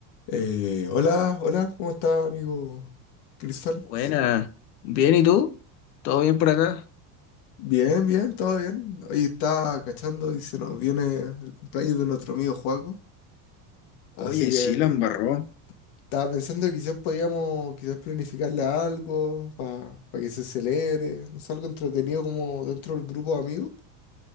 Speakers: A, on the left; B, on the left.
A: Eh, hola, hola, ¿cómo está, amigo Cristal?
B: Buena, bien, ¿y tú? ¿Todo bien por acá?
A: Bien, bien, todo bien. Hoy está cachando y se nos viene el cumpleaños de nuestro amigo Joaco.
B: Oye,
A: Así que
B: sí, la embarró.
A: estaba pensando que quizás podíamos quizás planificarle algo para que se celebre, no sé, algo entretenido como dentro del grupo de amigos.